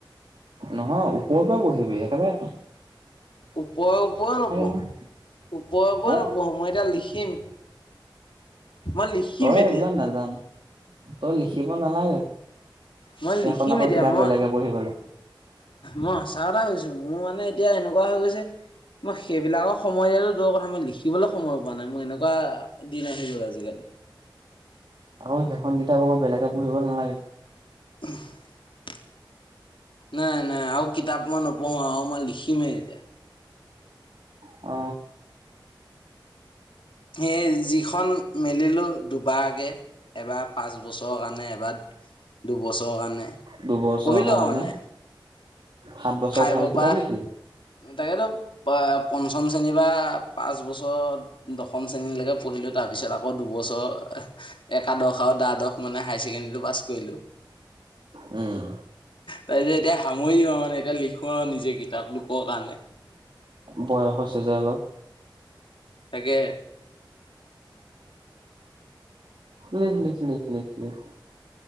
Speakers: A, on the right; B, on the left.
A: নহয় ওপৰ পৰা পঢ়িবি সেইকাৰণে
B: ওপৰে-ওপৰে নপঢ়ো-
A: নহয়
B: ওপৰে - ওপৰে
A: এ
B: নপঢ়ো মই এতিয়া লিখিম। মই লিখিম
A: তই
B: এতিয়া
A: এইবিলাক নাজান, তই লিখিব নালাগে।
B: মই
A: সেইখন
B: লিখিম
A: আকৌ
B: এতিয়া
A: কিতাপ
B: মই
A: বেলেগে পঢ়িবলে
B: মই সঁচা কথা কৈছো, মোৰ মানে এতিয়া এনেকুৱা হৈ গৈছে মই সেইবিলাকক সময় দিয়াটো দূৰৰ কথা মই লিখি শিকিবলৈ সময় পোৱা নাই মই এনেকুৱা দিন আহি গ'ল আজিকালি।
A: আকৌ সেইখন কিতাপ আকৌ বেলেগে পঢ়িব নালাগে।
B: <unintelligible> নাই- নাই আৰু কিতাপ মই নপঢ়ো আৰু মই লিখিমহে এতিয়া।
A: অ
B: সেয়ে যি খন মেলিলো দুবাৰ কে এবাৰ পাঁচ বছৰৰ কাৰণে এবাৰ দুবছৰ কাৰণে
A: দুবছৰৰ
B: পঢ়িলো
A: কাৰণে
B: আৰু মানে
A: সাত বছৰ
B: ফাইভৰ
A: ভাল কিতাপ
B: পৰা
A: লিখিলোঁ।
B: তাকেতো প পঞ্চম শ্ৰেণীৰ বা পাঁচ বছৰ দশম শ্ৰেণীলৈকে পঢ়িলোঁ তাৰপিছত আকৌ দুবছৰ একাদশ আৰু দ্বাদশ মানে হায়াৰ ছেকেণ্ডৰীটো পাছ কৰিলো
A: উম,
B: তাৰপিছত এতিয়া সামৰিম আও মানে এতিয়া লিখোঁ আৰু নিজে কিতাপ লোকৰ কাৰণে।
A: বয়স হৈছে যে অলপ
B: তাকে।
A: লিখ- লিখ - লিখ - লিখ-লিখ <unintelligible>